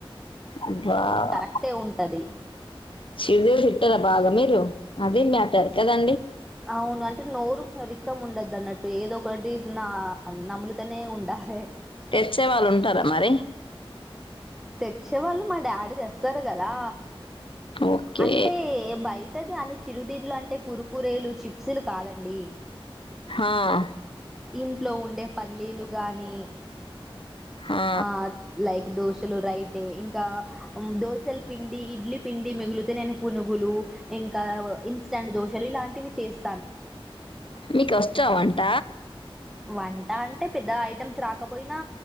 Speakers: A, on the left; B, in the centre.
A: ఉమ్ ఆహ్
B: కరెక్టే ఉంటది
A: శివేదా. బాగా మీరు అదే మీ <unintelligible> కదండి.
B: అవును అంటే నోరు సరిగ్గా ఉండొద్దు అన్నట్టు ఏదో ఒకటి. నా నములుతనే ఉండాలి.
A: తెచ్చేవాళ్ళు ఉంటారా మరి?
B: తెచ్చేవాళ్ళు మా డాడీ తెస్తారు కదా
A: ఓకే.
B: అంటే బయటది అని చిరుదింలు అంటే కురకురేలు చిప్సులు కాదండి.
A: ఆహ్.
B: ఇంట్లో ఉండే పల్లీలు గాని.
A: ఆ!
B: ఆహ్ లైక్ దోశలు రైతే ఇంకా ఉమ్ దోశలు. పిండి ఇడ్లీ పిండి మిగిలితే నేను పునుగులు ఇంకా ఇన్స్టాంట్ దోశలు ఇలాంటివి చేస్.
A: మీకు వస్తాదా వంట.
B: వంట అంటే పెద్ద ఐటమ్స్ రాకపోయినా